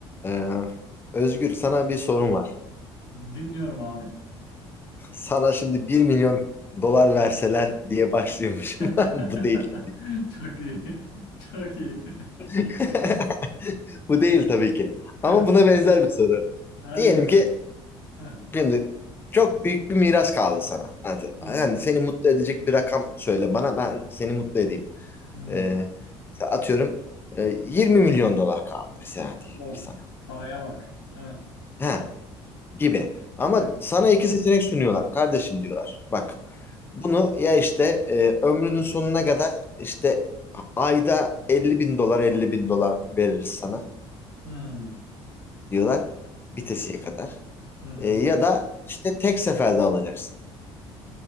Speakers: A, on the left (about 15°); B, on the left (about 90°).
A: Ee, Özgür sana bir sorum var.
B: Dinliyorum abi.
A: Sana şimdi bir milyon dolar verseler diye başlıyormuşum.
B: <laughs>
A: <laughs> Bu değil.
B: Çok iyi. Çok iyi.
A: <laughs> Bu değil tabii ki. Ama
B: <laughs>
A: buna benzer bir soru.
B: Hadi
A: Diyelim
B: bakalım.
A: ki
B: Heh.
A: şimdi çok büyük bir miras kaldı sana. Yani,
B: Hı hı.
A: yani seni mutlu edecek bir rakam söyle bana ben seni mutlu edeyim.
B: Hı.
A: Ee, atıyorum e, 20 milyon dolar kaldı mesela diyelim
B: Of,
A: ki sana.
B: paraya bak. Heh.
A: Ha, gibi. Ama
B: Heh.
A: sana iki seçenek sunuyorlar kardeşim diyorlar. Bak bunu ya işte e, ömrünün sonuna kadar işte ayda 50 bin dolar 50 bin dolar veririz sana
B: Hı.
A: diyorlar bitesiye kadar.
B: Hı hı.
A: E, ya da işte tek seferde alacaksın.